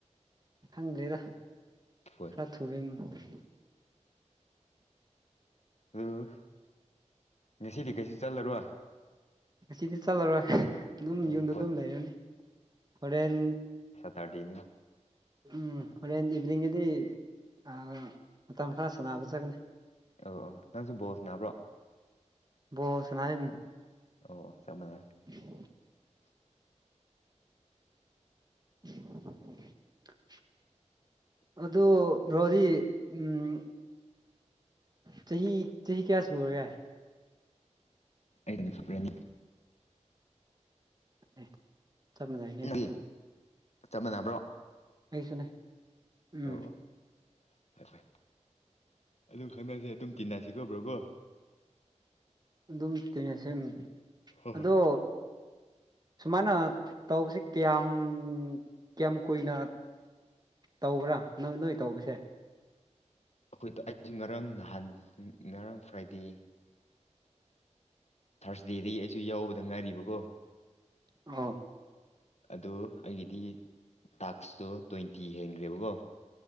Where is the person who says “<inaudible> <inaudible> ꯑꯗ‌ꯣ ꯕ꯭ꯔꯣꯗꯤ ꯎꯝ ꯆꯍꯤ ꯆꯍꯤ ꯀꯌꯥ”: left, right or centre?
Right